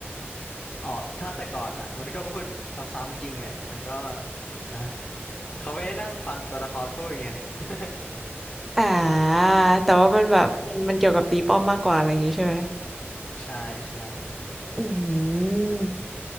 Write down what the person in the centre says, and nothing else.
อ่าแต่ว่ามันแบบมันมันเกี่ยวกับตีป้อมมากกว่าอะไรอย่างงี้ใช่ไหม
อืม